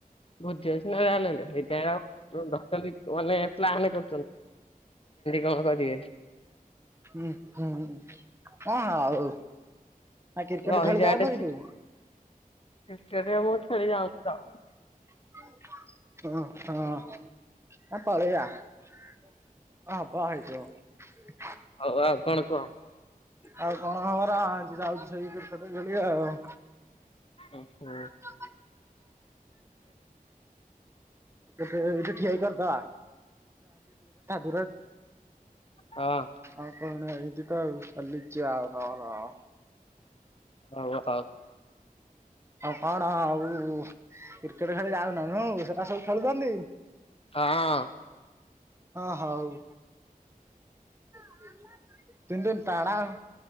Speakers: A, on the left; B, on the right.
A: <unintelligible> କେମିତି କଣ କରିବେ?
B: ହୁଁ ହୁଁ ହଁ ଆଉ ଆଉ କ୍ରିକେଟ୍
A: ରହିଯା
B: ଖେଳି ଯାଉନୁ
A: ଏଠି
B: କି ତୁ?
A: କ୍ରିକେଟ୍ ମୁଁ ଆଉ ଖେଳି ଯାଉନି ତ ଆଉ।
B: <unintelligible> ହଁ ହବ ହେଇଯିବ।
A: ହଉ ଆଉ କଣ କୁହ?
B: ଆଉ କଣ ଖବର? ଆଜି ଯାଉଚି ସେଇ କ୍ରିକେଟ୍ ଖେଳି ଆଉ।
A: ଓହୋ
B: <unintelligible> ଠିଆ ହେଇକି କରିଦେବା। <unintelligible>
A: ହଁ।
B: ଆଉ କଣ ଏଇଟି ତ ଆଉ ଚାଲିଚି ଆଉ ହଁ ହଁ।
A: <unintelligible>
B: ଆଉ କଣ ଆଉ କ୍ରିକେଟ୍ ଖେଳି ଯାଉନ ନୁଁ ସେଟା ସବୁ ଖେଳୁଚନ୍ତି?
A: ହଁ।
B: ହଁ ହଉ। <unintelligible>